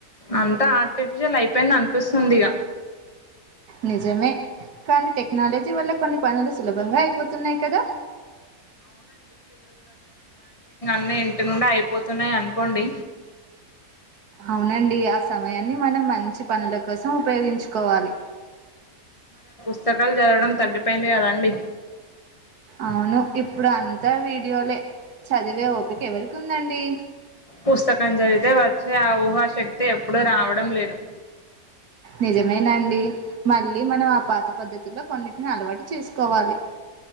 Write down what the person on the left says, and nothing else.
అంతా ఆర్టిఫిషియల్ అయిపోయింది అనిపిస్తుంది ఇగ
అన్ని ఇంటి నుండే అయిపోతున్నాయి అనుకోండి
స్తకాలు చదవడం తగ్గిపోయింది కదండి
పుస్తకం చదివితే వచ్చే ఆ ఊహాశక్తి ఎప్పుడు రావడం లేదు